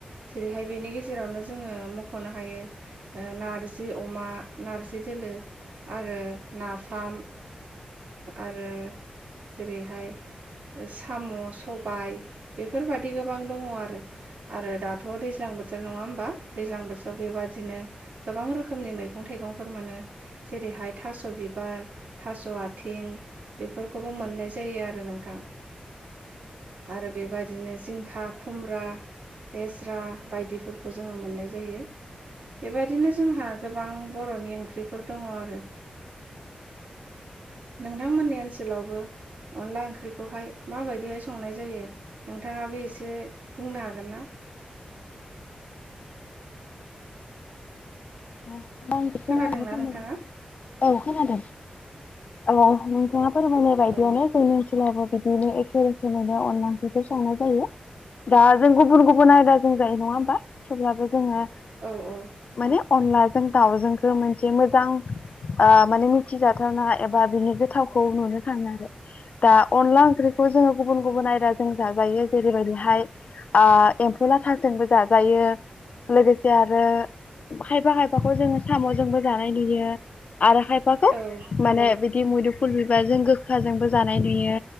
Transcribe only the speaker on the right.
जेरैहाय बेनि गेजेरावनो जोङो मख'नो हायो नारजि अमा नारजि दोलो आरो नाफाम आरो जेरैहाय साम' सबाय बेफोरबादि गोबां गोबां दङ आरो आरो दाथ' दैज्लां बोथोर नङा होमबा दैज्लां बोथोराव बेबादिनो गोबां रोखोमनि मैगं थाइगंफोर मोनो जेरैहाय थास' बिबार थास' आथिं बेफोरखौबो मोननाय जायो आरो नोंथां आरो बेबायदिनो जिंखा खुमब्रा लेस्रा बायदिफोरखौ जोङो मोननाय जायो बेबायदिनो जोंहा गोबां बर'नि ओंख्रिफोर दङ आरो। नोंथांमोननि ओनसोलाव बो अनला ओंख्रिखौहाय माबायदिहाय संनाय जायो नोंथाङाबो एसे बुंनो हागोन ना?
खोनादोंना
नोंथाङा
औ
औ औ आरो
दा